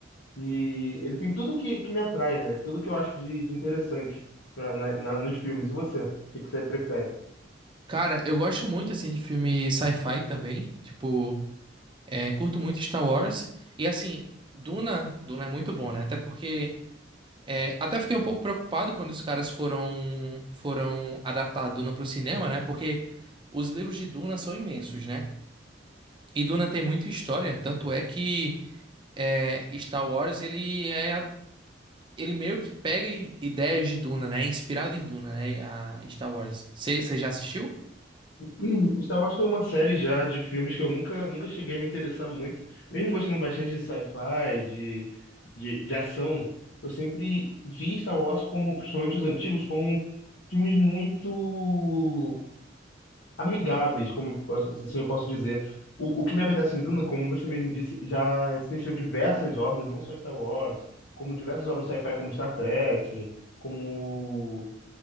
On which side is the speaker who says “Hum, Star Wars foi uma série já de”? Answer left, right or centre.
Left